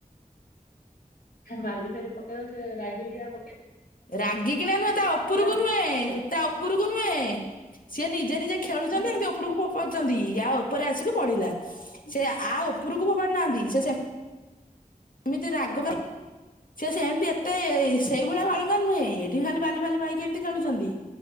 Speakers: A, on the left; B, on the left.
A: ବାଲି ଫାଲି ପକେଇ ରାଗିିକି ଆଉ
B: ରାଗି କିନା ନୁହଁ ତା ଉପରକୁ
A: ଆଉ
B: ନୁହେଁ ତା ଉପରକୁ ନୁହେଁ ସିଏ ନିଜେ ନିଜେ ଖେଳୁଛନ୍ତି
A: ଆଉ
B: ଏମିତି ଉପରକୁ ପାରୁଛନ୍ତି ଆଉ ଉପରେ ଆସିକି ପଡିଲା ସେ ଆଉ ଉପରକୁ ଫୋପାଡ଼ି ନାହାନ୍ତି। ସେ ସେ ସେମିତି ରାଗ ଭାଇ ସେ ସେମିତି ଏତେ ସେଇ ଭଳିଆ ବାଳୁଙ୍ଗା ନୁହେଁ। ଏଠି ଖାଲି ବାଲି ବାଲି ପାଇକି ଏମିତି ଖେଳୁଛନ୍ତି